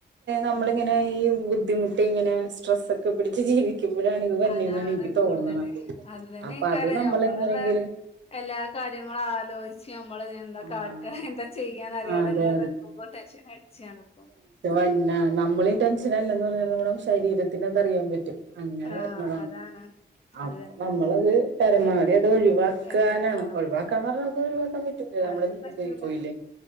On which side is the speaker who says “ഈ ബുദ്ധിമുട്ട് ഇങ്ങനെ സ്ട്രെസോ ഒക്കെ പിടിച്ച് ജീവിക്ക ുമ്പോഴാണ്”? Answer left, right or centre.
Right